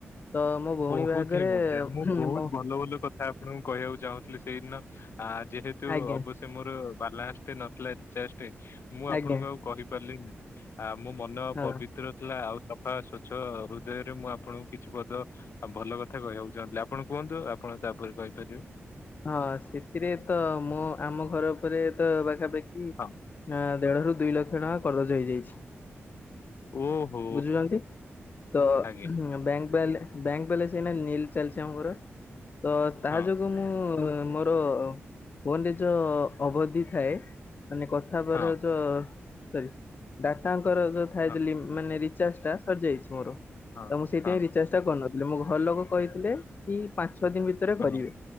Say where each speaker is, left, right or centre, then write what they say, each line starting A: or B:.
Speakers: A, on the left; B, on the left.
A: ତ ମୋ ଭଉଣୀ
B: ବହୁତ
A: ବାହାଘରେ
B: ହିଁ ମଜା ମୁଁ ବହୁତ
A: ମୋ
B: ଭଲ ଭଲ କଥା ଆପଣଙ୍କୁ କହିବାକୁ ଚାହୁଁଥିଲି। ସେଇଦିନ ଆ ଯେହେତୁ
A: ଆଜ୍ଞା
B: ଅବଶ୍ୟ ସେ ମୋର ବାଲାନ୍ସ ଟେ ନଥିଲା ରିଚାର୍ଜେ ଟେ ମୁଁ ଆପଣଙ୍କୁ
A: ଆଜ୍ଞା
B: ଆଉ କହିପାରିଲିନି। ଆ ମୋ ମନ
A: ହଁ
B: ପବିତ୍ର ଥିଲା, ଆଉ ସଫା ସ୍ଵଚ୍ଛ ହୃଦୟରେ ମୁଁ ଆପଣଙ୍କୁ କିଛି ପଦ ଆଉ ଭଲ କଥା କହିବାକୁ ଚାହୁଁଥିଲେ। ଆପଣ କୁହନ୍ତୁ ଆପଣ ତାପରେ କହିପାରିବେ।
A: ହଁ ସେଥିରେ ତ ମୁଁ ଆମ ଘର ଉପରେ ତ ପାଖାପାଖି
B: ହଁ।
A: ଦେଢ ରୁ ଦୁଇ ଲକ୍ଷ ଟଙ୍କା କରଜ ହେଇଯାଇଛି।
B: ଓହୋ
A: ବୁଝୁଛନ୍ତି ତ
B: ଆଜ୍ଞା
A: ବ୍ୟାଙ୍କ ବାଲ୍ ବ୍ୟାଙ୍କ ବାଲାନସ ଏଇନା ନିଲ୍ ଚାଲିଛି ଆଉ ମୋର୍ ତ ତାହା
B: ହଁ
A: ଯୋଗୁଁ ମୁଁ କୁ ମୋର ଫୋନ ରେ ଯୋଉ ଅବଧି ଥାଏ ମାନେ କ ପର
B: ହଁ
A: ଯ ସରି ଡାଟାଙ୍କର ଯୋଉ ଥାଏ
B: ହଁ
A: ମାନେ ରିଚାର୍ଜ ଟା ସରି ଯାଇଛି ମୋର।
B: ହଁ
A: ତ ମୁଁ ସେଇଥିପାଇଁ
B: ହଁ
A: ରିଚାର୍ଜ ଟା କରୁନଥିଲି। ମୋ ଘର ଲୋକ କହିଥିଲେ କି ପାଞ୍ଚ ଛ ଦିନ ଭିତ କେବେ
B: ହଁ
A: କରିବେ।